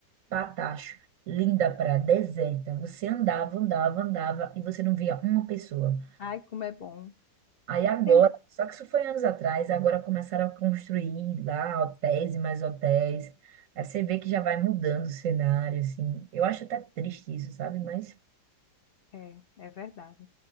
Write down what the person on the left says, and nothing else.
Ai, como é bom.
Tem mu-
É, é verdade.